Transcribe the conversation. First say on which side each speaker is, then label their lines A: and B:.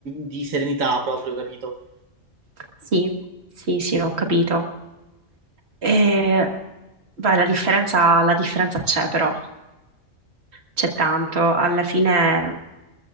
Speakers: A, on the right (about 85°); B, on the right (about 55°).
A: di serenità proprio, capito?
B: Sì, sì, sì, ho capito. E, beh, la differenza, la differenza c'è però, c'è tanto. Alla fine